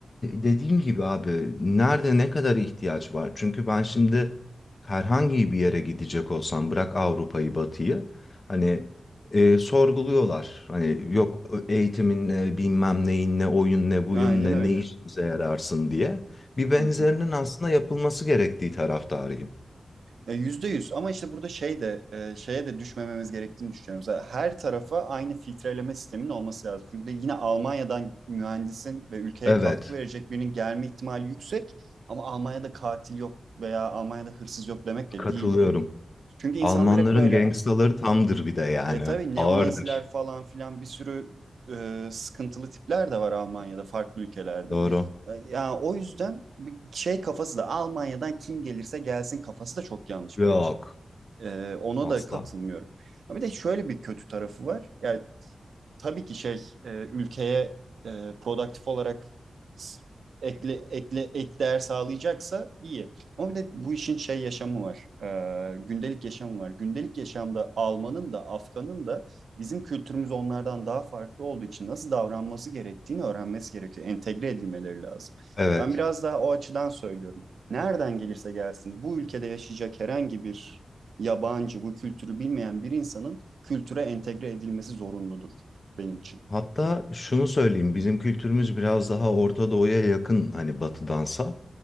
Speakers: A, on the left; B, on the right.
A: dediğim gibi abi nerede ne kadar ihtiyaç var? Çünkü ben şimdi herhangi bir yere gidecek olsam bırak Avrupa'yı Batı'yı hani e, sorguluyorlar. Hani yok eğitimin ne bilmem neyin ne oyun ne buyun
B: Aynen
A: ne
B: öyle.
A: ne işimize yararsın diye. Bir benzerinin
B: Hı hı.
A: aslında yapılması gerektiği taraftarıyım.
B: E, Yüzde yüz ama işte burada şey de e, şeye de düşmememiz gerektiğini düşünüyorum. Mesela her tarafa aynı filtreleme sistemin olması lazım. Çünkü yine Almanya'dan mühendisin ve ülkeye
A: Evet
B: katkı verecek birinin gelme ihtimali yüksek ama Almanya'da katil yok veya Almanya'da hırsız yok demek de
A: katılıyorum.
B: değil bu. Çünkü insanlar
A: Almanların
B: hep böyle
A: gangstaları tamdır bir de yani
B: E tabii neonaziler
A: ağırdır.
B: falan filan bir sürü e, sıkıntılı tipler de var Almanya'da farklı ülkelerde.
A: Doğru.
B: E, yani o yüzden bir şey kafası da Almanya'dan kim gelirse gelsin kafası da çok yanlış
A: Yok
B: bence. E, ona
A: asla.
B: da katılmıyorum. Ha, Bir de şöyle bir kötü tarafı var. Yani tabii ki şey e, ülkeye e, produktif olarak s- ekle ekle ek değer sağlayacaksa iyi. Ama bir de bu işin şey yaşamı var. E, gündelik yaşamı var. Gündelik yaşamda Alman'ın da Afgan'ın da bizim kültürümüz onlardan daha farklı olduğu için nasıl davranması gerektiğini öğrenmesi gerekiyor. Entegre edilmeleri lazım.
A: Evet.
B: Ben biraz daha o açıdan söylüyorum. Nereden gelirse gelsin bu ülkede yaşayacak herhangi bir yabancı bu kültürü bilmeyen bir insanın kültüre entegre edilmesi zorunludur benim için.
A: Hatta şunu söyleyeyim, bizim kültürümüz biraz daha Orta Doğu'ya yakın hani Batı'dansa.